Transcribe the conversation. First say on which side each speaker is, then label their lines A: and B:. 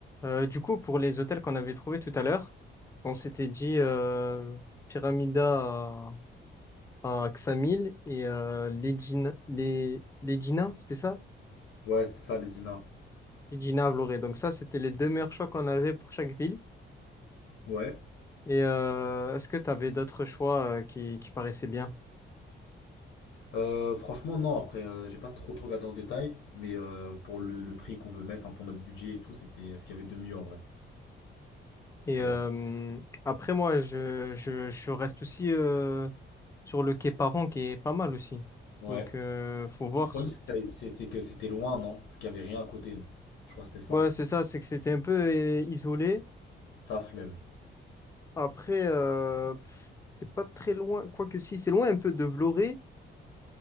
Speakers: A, on the left; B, on the left.
A: Euh, du coup, pour les hôtels qu'on avait trouvés tout à l'heure, on s'était dit euh, Pyramida à, à Ksamil et euh, Legin- les, Legina, c'était ça?
B: Ouais, c'était ça, les Dina.
A: Legina à Vloré. Donc ça, c'était les deux meilleurs choix qu'on avait pour chaque ville.
B: Ouais.
A: Et euh, est-ce que tu avais d'autres choix euh, qui, qui paraissaient bien?
B: Euh, franchement, non, après, euh, j'ai pas trop, trop regardé en détail, mais euh, pour le, le prix qu'on veut mettre, enfin, pour notre budget et tout, c'était ce qu'il y avait de mieux en vrai,
A: Et
B: tu
A: euh,
B: vois.
A: après, moi, je, je, je reste aussi euh, sur le quai Paron qui est pas mal aussi.
B: Ouais.
A: Donc, euh, faut voir.
B: Le problème,
A: ce-
B: c'est que ça- c'était que c'était loin, non? Parce qu'il y avait rien à côté, non? Je crois que c'était ça.
A: Ouais, c'est ça, c'est que c'était un peu euh, isolé.
B: Ça, flemme.
A: Après, euh, pff, c'est pas très loin, quoique si, c'est loin un peu de Vloré.